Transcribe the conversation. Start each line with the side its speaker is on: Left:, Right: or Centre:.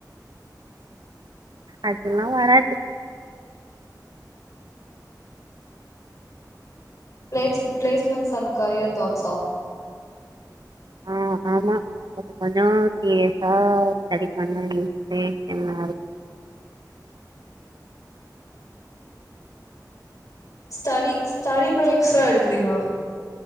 Right: அதெல்லா வராது
Left: ப்ளேஸ் - ப்ளேஸ்மெண்ட்ஸ் அண்ட் கரியர் தாட்சா
Right: ஆ ஆமா கொஞ்சோ சீரியசா ஸ்டடி பண்ண இன்ஸ்பிரேஷனா
Left: ஸ்டடி ஸ்டடி ப்ரேக்ஸா எடுக்றீங்களா